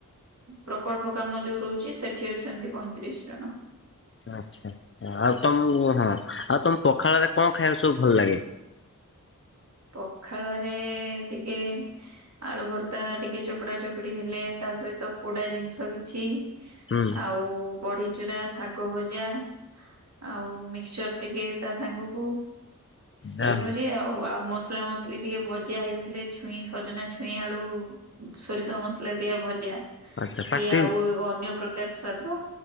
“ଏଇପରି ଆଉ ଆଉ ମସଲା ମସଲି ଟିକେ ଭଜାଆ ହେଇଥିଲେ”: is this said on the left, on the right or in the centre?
Right